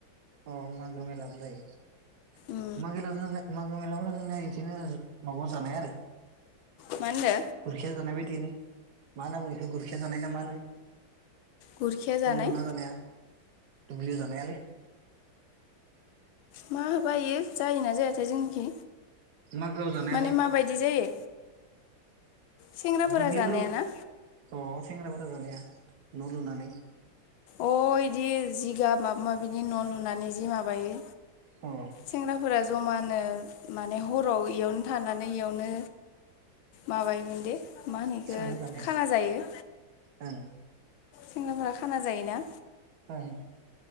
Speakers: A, on the right; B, on the left.
A: अ मागो मेलाबो जायो <unintelligible>
B: उम
A: मागो मेलाफोरा जोंना इदिनो माबा जानाय आरो
B: मा होनदो
A: गुरखिया जानाय बायदिलै मा होननांगौ इखो गुरखिया जानाय ना मा होनो
B: गुरखिया जानाय
A: न' लुना जानाया दुब्लियाव जानायालै
B: मा होबा इयो जायोना जायाथाय जोंनिखि
A: मागोआव जानायालै
B: माने मा बायदि जायो सेंग्राफोरा
A: दुब्लिफोराव
B: जानायाना
A: अ सेेंग्राफोर जानाया न लुनानै
B: अ इदि जिगाब माबा माबिनि न लुनानै जि माबायो
A: अ
B: सेंग्राफोरा जमानो माने हराव इयावनो थानानै इयावनो माबायोमोन दे मा होनो इखो
A: संना जानाया
B: खाना जायो
A: ओं
B: सेंनाफोरा खाना जायोना
A: ओं